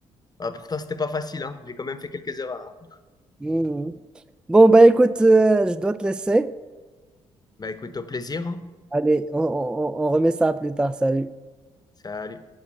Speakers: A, on the left (about 25°); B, in the centre.
A: Ah, pourtant, c'était pas facile, hein. J'ai quand même fait quelques erreurs. hein.
B: Mhm. Bon, bah écoute, euh, je dois te laisser.
A: Bah écoute, au plaisir. hein.
B: Allez, on on- on- on remet ça plus tard. Salut.
A: Salut.